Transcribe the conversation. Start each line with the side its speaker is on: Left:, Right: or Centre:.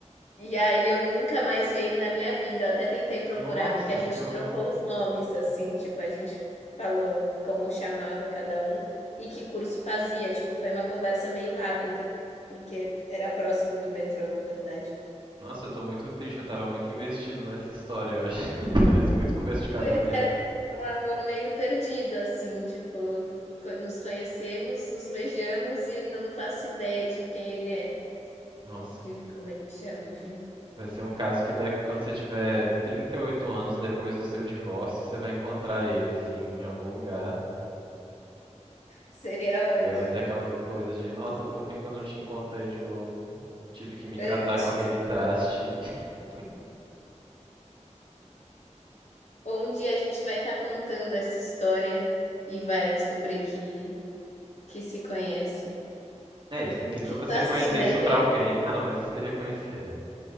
Left: E aí eu nunca mais vi ele na minha vida. Eu até tentei procurar
Right: Nossa,
Left: porque a gente
Right: que horror.
Left: trocou os nomes assim, tipo, a gente falou como chamava cada um e que curso fazia, tipo, foi uma conversa meio rápida, porque era próximo do metrô, na verdade.
Right: Nossa, eu tô muito triste, eu tava muito investido nessa história, eu acho. <laughs> Parece muito começo de casamento.
Left: Pois é, mas é um amor meio perdido assim, tipo, co- nos conhecemos, nos beijamos e não faço ideia de quem ele é,
Right: Nossa,
Left: de como ele chama, enfim.
Right: vai ser um caso que daqui, quando você tiver 38 anos depois do seu divórcio, você vai encontrar ele, assim, em algum lugar.
Left: Seria ótimo.
Right: E aí vai ser aquela coisa de, nossa, por que que eu não te encontrei de novo? Tive que me
Left: Antes.
Right: casar com aquele traste. <laughs>
Left: Onde a gente vai estar contando essa história e vai descobrir que, que se conhece.
Right: É, isso é incrível
Left: Que
Right: você
Left: tá
Right: conhecer
Left: assim, né?
Right: isso
Left: Que
Right: pra
Left: eu-
Right: alguém. Ah, não, mas você reconhecer, né?